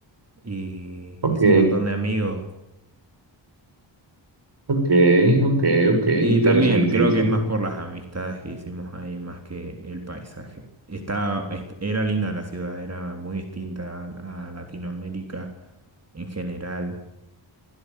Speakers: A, on the right; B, on the right.
A: y
B: Ok.
A: hice un montón de amigos.
B: Ok, ok, ok, interesantísimo.
A: Y también creo que es más por las amistades que hicimos ahí, más que el paisaje. Estaba, est- era linda la ciudad, era muy distinta a, a Latinoamérica en general,